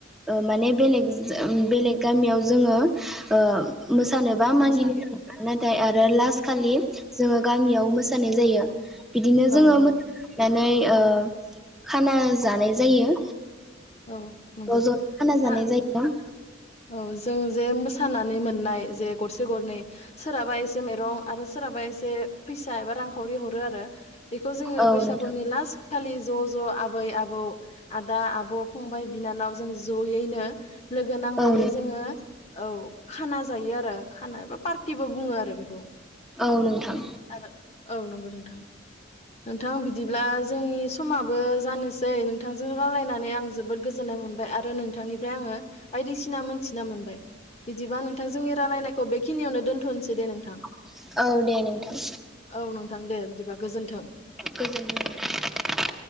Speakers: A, in the centre; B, on the left.
A: ओ माने बेलेग बेलेग गामियाव जोङो ओ मोसानोबा मागिनि
B: मोसाहैयो
A: थाखाय नाथाय आरो लास्ट खालि जोङो गामियाव मोसानाय जायो। बिदिनो जोङो
B: औ नंगौ
A: मो नै ओ खाना जानाय जायो।
B: औ नंगौ
A: ज' ज' खाना
B: ना
A: जानाय जायो।
B: औ जों जे मोसाना मोननाय जे गरसे गरनै सोरहाबा एसे माइरं आरो सोरहाबा एसे फैसा एबा रांखावरि हरो आरो। बेखौ जोङो
A: औ
B: बैसागुनि
A: नोंथां
B: लास्ट खालि ज' ज' आबै आबौ आदा आब' फंबाय बिनानाव जों जयैनो लोगो नां नै
A: औ
B: जोङो औ खाना जायो आरो खाना एबा पार्टिबो बुङो आरो बेखौ।
A: औ नोंथां
B: आरो औ नंगौ नोंथां नोंथां बिदिब्ला जोंनि समाबो जानोसै। बिथांजों रायलायनानै आं जोबोद गोजोननाय मोनबाय आरो नोंथांनिफ्राय आङो बायदिसिना मोनथिना मोनबाय बिदिबा नोंथां जोंनि रायलायनाय औ बेखिनियावनो दोनथ'नोसै दे नोंथां।
A: <inaudible> औ दे नोंथां
B: औ नोंथां दे बिदिबा गोजोन्थों
A: गोजोनथों।